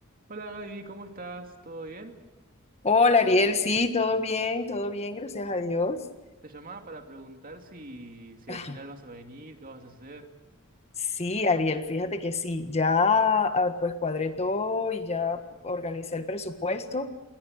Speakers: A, on the right (about 45°); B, on the left (about 30°).
A: Hola Gaby, ¿cómo estás? ¿Todo bien?
B: Hola Ariel, sí, todo bien, todo bien, gracias a Dios.
A: Te llamaba para preguntar si, si
B: Ajá.
A: al final vas a venir, qué vas a hacer.
B: Sí, Ariel, fíjate que sí, ya ah, pues cuadré todo y ya organicé el presupuesto